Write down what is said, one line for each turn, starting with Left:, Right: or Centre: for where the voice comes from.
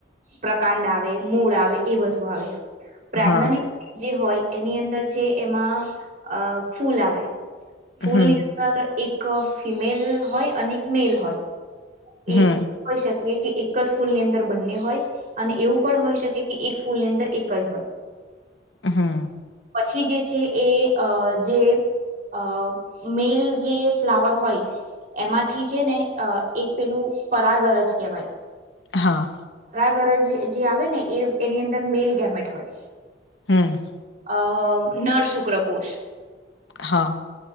Right: પ્રકાંડ આવે. આવે, મૂળ આવે, એ બધું આવે. પ્રાર્થનાની
Left: હા,
Right: જે હોય, એની અંદર છે એમાં અ ફૂલ આવે. ફૂલની
Left: હમ,
Right: અંદર એક ફિમેલ હોય અને એક મેલ હોય.
Left: હમ,
Right: એ હોઈ શકે કે, એક એક જ ફૂલની અંદર બંને હોય, અને એવું પણ હોઈ શકે કે એક ફૂલની અંદર એક જ હોય.
Left: હા.
Right: પછી જે છે એ જે અ મેલ જે ફ્લાવર હોય, એમાંથી છે ને એક પેલું પરાગર જ કહેવાય.
Left: હા.
Right: કરજ જે આવે ને, એ એની અંદર મેલ ગેમેટ હોય.
Left: હમ.
Right: અ નર શુક્ર કોશ.
Left: હા.